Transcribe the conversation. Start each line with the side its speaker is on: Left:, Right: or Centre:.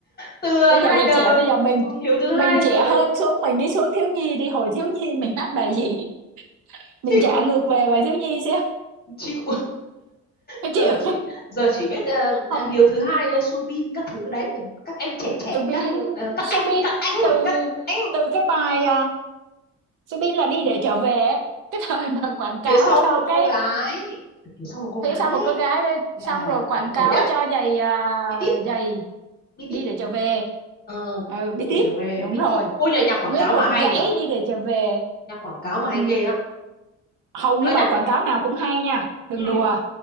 Left: từ
Right: bây giờ
Left: Rider
Right: nhạc trẻ bây giờ mình
Left: ừ, Hiếu thứ hai
Right: mình trẻ
Left: rồi
Right: hơn xuống mình đi xuống thiếu nhi đi hồi thiếu nhi mình hát bài gì mình
Left: chịu
Right: trả ngược về bài thiếu nhi xem
Left: chịu
Right: có
Left: giờ
Right: chịu
Left: chỉ giờ chỉ biết ờ,
Right: <laughs> không?
Left: ờ, Hiếu thứ hai ờ, Subin các thứ đấy các em trẻ trẻ
Right: Subin
Left: các ờ, các
Right: Subin
Left: anh các anh
Right: từ
Left: các anh
Right: từ cái bài à, Subin là đi để trở về ấy. cái thời mà quảng cáo
Left: phía sau
Right: cho
Left: một cô
Right: cái
Left: gái phía sau một cô gái
Right: phía sau một cô gái với-
Left: là
Right: xong rồi quảng cáo
Left: nổi nhất
Right: cho giày à,
Left: Bitit
Right: giày
Left: Bitit
Right: đi để trở về
Left: ờ
Right: ừ biết
Left: bây giờ
Right: tiếp
Left: trở về
Right: đúng
Left: Bitit
Right: rồi
Left: ôi nhà nhạc quảng
Right: nguyên
Left: cáo
Right: một
Left: mà hay
Right: dãy
Left: nhở
Right: đi để trở về
Left: nhạc quảng cáo mà
Right: ừ.
Left: hay ghê á
Right: hầu
Left: tao
Right: như bài
Left: nhắc
Right: quảng cáo nào cũng hay nha đừng
Left: ừ.
Right: đùa